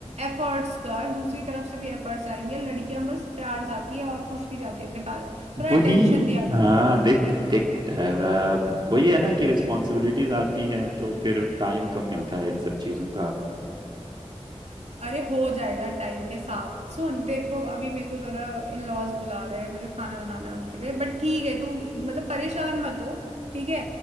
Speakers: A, on the right; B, on the right.
A: एफर्ट्स कर दूसरी तरफ से भी एफर्ट्स आएंगे लड़कियां बस प्यार चाहती है और कुछ नहीं चाहती अपने पार्टनर थोड़ा
B: वही
A: अटेंशन दिया करो
B: हाँ
A: उसको।
B: देख देख आ, वही है ना कि रिस्पॉन्सिबिलिटीज आती हैं तो फिर टाइम कम मिलता है इन सब चीजों का
A: अरे हो जाएगा टाइम के साथ सुन तेरे को अभी मेरे को जरा इन लॉज बुला रहे हैं मुझे खाना बनाना है उनके लिए बट ठीक है तू मतलब परेशान मत हो ठीक है